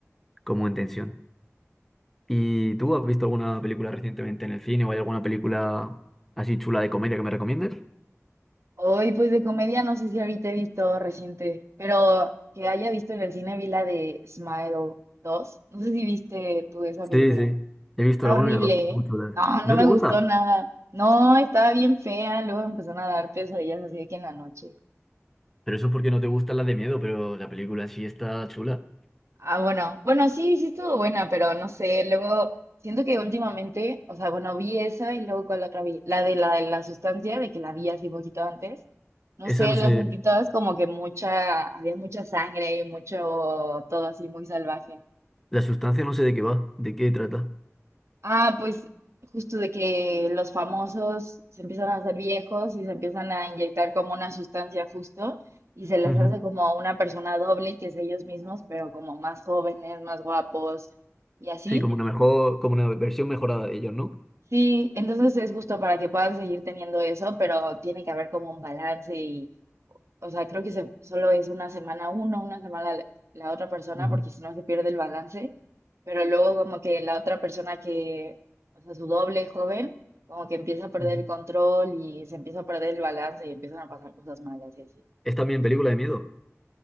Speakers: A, in the centre; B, on the right (about 60°).
A: como en tensión. ¿Y tú has visto alguna película recientemente en el cine o hay alguna película así chula de comedia que me recomiendes?
B: Hoy, pues de comedia, no sé si ahorita he visto reciente, pero que haya visto en el cine vi la de Smile dos No sé si viste tú esa película.
A: Sí, sí. He visto
B: Está
A: la 1
B: horrible,
A: y la 2 muy
B: ¿eh?
A: chulas.
B: No,
A: ¿No
B: no me
A: te gusta?
B: gustó nada. No, estaba bien fea. Luego empezaron a dar pesadillas así de que en la noche.
A: Pero eso es porque no te gustan las de miedo, pero la película en sí está chula.
B: Ah, bueno, bueno, sí, sí estuvo buena, pero no sé, luego siento que últimamente, o sea, bueno, vi esa y luego con la otra vi, la de la, de la sustancia, de que la vi así poquito antes, no
A: Esa
B: sé,
A: no
B: las
A: sé,
B: sentí todas como que mucha, había mucha sangre y mucho, todo así muy salvaje.
A: la sustancia no sé de qué va, de qué trata.
B: Ah, pues justo de que los famosos se empiezan a hacer viejos y se empiezan a inyectar como una sustancia justo y se les
A: Ujú.
B: hace como una persona doble que es ellos mismos, pero como más jóvenes, más guapos y así.
A: Sí, como una mejor, como una versión mejorada de ellos, ¿no?
B: Sí, entonces es justo para que puedan seguir teniendo eso, pero tiene que haber como un balance y, o sea, creo que se- solo es una semana uno, una semana la, la otra persona,
A: Ujú.
B: porque si no se pierde el balance, pero luego como que la otra persona que, o sea, su doble joven, como que empieza a perder
A: Ujú.
B: el control y se empieza a perder el balance y empiezan a pasar cosas malas y así.
A: Es también película de miedo.